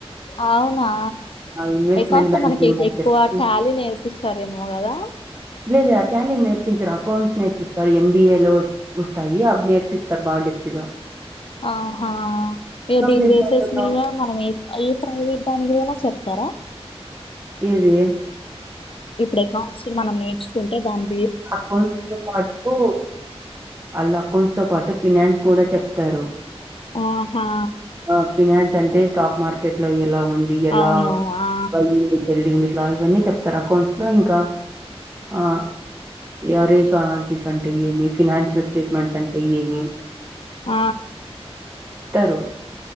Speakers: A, on the left; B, on the right.
A: అవునా
B: ఇన్వెస్ట్‌మెంట్
A: అకౌంట్స్
B: బ్యాంకింగ్
A: లో మనకి ఎ
B: అని
A: ఎక్కువ
B: చెప్పి
A: ట్యాలీ నేర్పిస్తారేమొ కదా
B: లేద ఆ టాలిం నేర్పించారు అకౌంట్స్ నేర్పిస్తారు ఎంబీఏ లో వస్తాయి అవి నేర్పిస్త బాగా జప్తుగా
A: ఆహా ఇక దీని
B: చేసినోళ్ళతో
A: బసెస్ మీద మనం ఏ ఏ ప్రైవేట్ దానినికి పోనా చెప్ తర
B: ఏది
A: ఇప్పుడు అకౌంట్స్ మనం నేర్చుకుంటే దానికి
B: అకౌంట్స్ తో పాటు వాళ్ళ అకౌంట్స్ తో పాటు ఫినన్స్ కూడా చెప్తారు
A: ఆహా
B: ఆ! ఫినాన్స్ అంటే స్టాక్ మార్కెట్ లో ఎలా ఉంది ఎలా
A: అవును ఆ
B: అయింది సెల్ంగ్ పావన్నీ చెప్తారు అకౌంట్స్ లో ఇంకా ఆ ఎవరేజ్ అనాలిసిస్ అంటే ఏమి ఫైనాన్షియల్ స్టేట్మెంట్స్ అంటే ఏమి
A: ఆ
B: తరు